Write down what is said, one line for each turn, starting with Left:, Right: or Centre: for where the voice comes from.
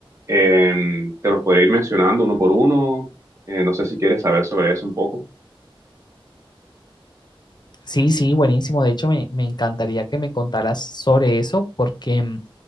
Right: Eh, te los podría ir mencionando uno por uno. Eh, no sé si quieres saber sobre eso un poco.
Left: Sí, sí, buenísimo. De hecho, me, me encantaría que me contaras sobre eso porque mm,